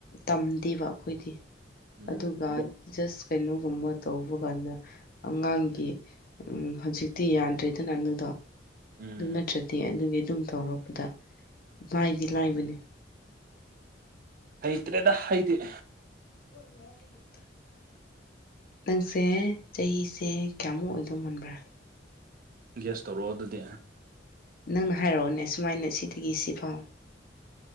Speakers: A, on the left; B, on the right.
A: ꯇꯝꯗꯦꯕ ꯑꯩꯈꯣꯏꯗꯤ
B: ꯎꯝ
A: ꯑꯗꯨꯒ
B: ꯑꯗꯣ
A: ꯖꯁ ꯀꯩꯅꯣꯒꯨꯝꯕ ꯇꯧꯕ ꯀꯥꯟꯗ ꯑꯉꯥꯡꯒꯤ ꯎꯝ ꯍꯧꯖꯤꯛꯇꯤ ꯌꯥꯗ꯭ꯔꯦꯗꯅ ꯑꯗꯨꯗꯣ
B: ꯎꯝ
A: ꯑꯗꯨ ꯅꯠꯇ꯭ꯔꯗꯤ ꯑꯗꯨꯒꯤ ꯑꯗꯨꯝ ꯇꯧꯔꯛꯄꯗ ꯂꯥꯏꯗꯤ ꯂꯥꯏꯕꯅꯦ
B: ꯍꯩꯇ꯭ꯔꯦꯗ ꯍꯩꯗꯤ
A: <unintelligible> ꯅꯪꯁꯦ ꯆꯍꯤꯁꯦ ꯀꯌꯥꯃꯨꯛ ꯑꯣꯏꯗꯧ ꯃꯥꯟꯕ꯭ꯔꯥ
B: ꯒ‌ꯦꯁ ꯇꯧꯔ‌ꯣ ꯑꯗꯨꯗꯤ
A: ꯅꯪꯅ ꯍꯥꯏꯔꯑꯣꯅꯦ ꯁꯨꯃꯥꯏꯅ ꯁꯤꯗꯒꯤ ꯁꯤꯐꯥꯎ